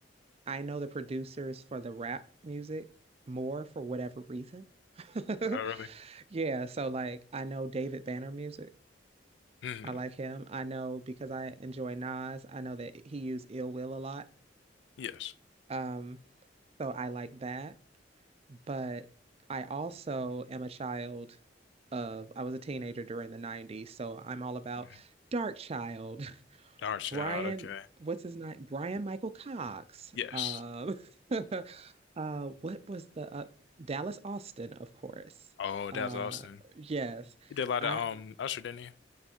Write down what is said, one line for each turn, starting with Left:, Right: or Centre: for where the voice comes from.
Right: I know the producers for the rap music more for whatever reason. <laughs>
Left: Oh, really?
Right: Yeah, so like I know David Banner music.
Left: Mm.
Right: I like him. I know because I enjoy Nas. I know that he used Ill Will a lot.
Left: Yes.
Right: Um, so I like that. But I also am a child of I was a teenager during the 90s, so I'm all about
Left: Mhm.
Right: Dark Child
Left: Dark Child,
Right: Brian,
Left: okay.
Right: what's his name? Brian Michael Cox.
Left: Yes.
Right: Um, <laughs> uh, what was the uh, Dallas Austin, of course.
Left: Oh,
Right: Uh,
Left: that's Austin.
Right: yes,
Left: He did a lot
Right: I
Left: of um Usher, didn't he?